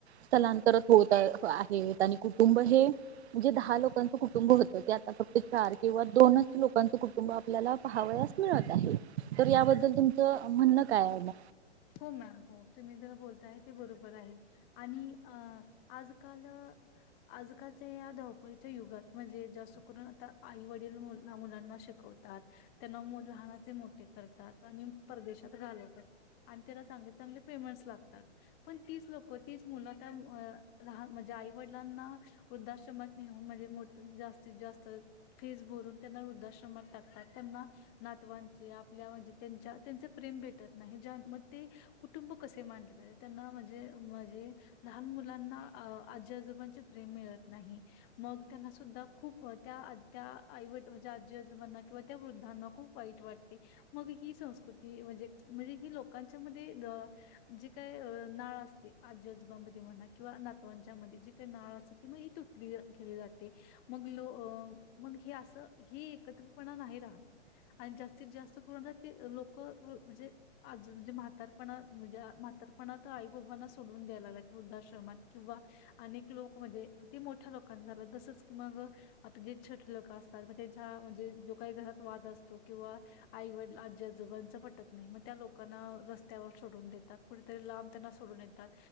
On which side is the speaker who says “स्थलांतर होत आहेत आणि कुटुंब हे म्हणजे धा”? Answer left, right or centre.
Right